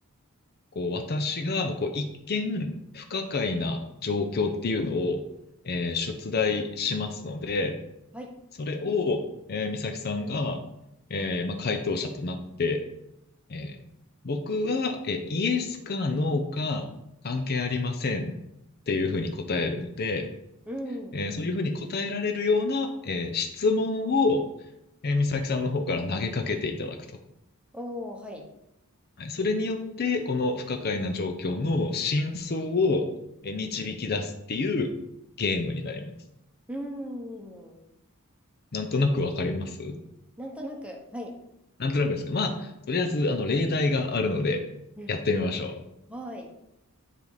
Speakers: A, on the left; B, in the centre.
A: こう、私が、こう、一見不可解な状況っていうのを、えー出題しますので、
B: はい。
A: それを、えー、美咲さんが、えーまあ、回答者となって、えー僕が、えーイエスかノーか関係ありませんっていうふうに答えるので、
B: うん。
A: えーそういうふうに答えられるような、えー質問を、えー美咲さんの方から投げかけていただくと。
B: おー、はい。
A: はいそれによって、この不可解な状況の真相をえ導き出すっていうゲームになります。
B: うん。
A: なんとなくわかります
B: なんとなく、はい。
A: なんとなくですかまあ、とりあえず、あの、例題があるので、
B: うん。
A: やってみましょう。
B: はい。